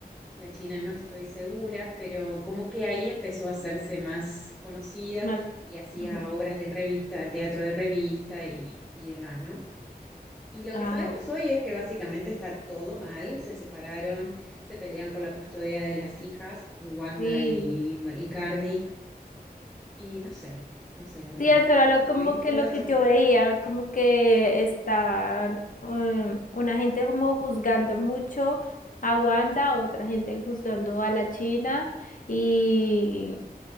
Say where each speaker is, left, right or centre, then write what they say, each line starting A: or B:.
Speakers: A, in the centre; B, on the left.
A: la China no estoy segura, pero como que ahí empezó a hacerse más conocida
B: Más,
A: y hacía
B: ajá.
A: obras de revista, teatro de revista y, y demás, ¿no? Y lo
B: Ah,
A: que sabemos
B: ok.
A: hoy es que básicamente está todo mal, se separaron, se pelean por la custodia de las hijas, Wanda
B: sí,
A: y, y Cardi, y no sé, no sé, la verdad.
B: Sí, eso era lo,
A: ¿Vos
B: como
A: sabías
B: que
A: todo
B: lo
A: esto?
B: que yo veía, como que estaban um, una gente como juzgando mucho a Wanda, otra gente juzgando a la China y